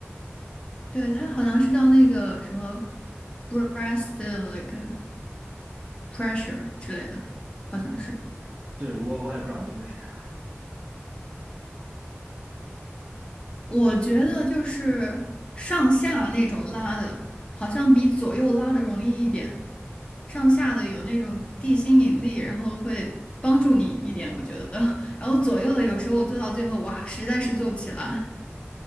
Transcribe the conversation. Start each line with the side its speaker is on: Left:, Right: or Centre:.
Left: 对他好像是叫那个什么 breast like pressure 之类的，好像是。
Right: 对，我我也不知道名字是啥。
Left: 我觉得就是上下那种拉的，好像比左右拉的容易一点。上下的有那种地心引力，然后会帮助你一点，我觉得。<laughs> 然后左右的有时候我做到最后，哇，实在是做不起来